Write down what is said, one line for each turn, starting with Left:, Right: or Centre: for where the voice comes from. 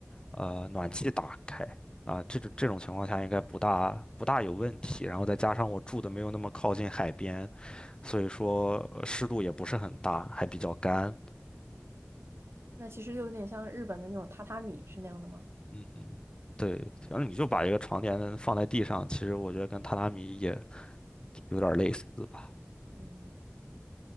Left: 呃暖气打开啊，这种这种情况下应该不大不大有问题。然后再加上我住的没有那么靠近海边，所以说呃湿度也不是很大，还比较干。
Right: 那其实就有点像日本的那种榻榻米是那样的吗？
Left: 嗯哼，对，反正你就把一个床垫放在地上，其实我觉得跟榻榻米也有点类似吧。
Right: 嗯。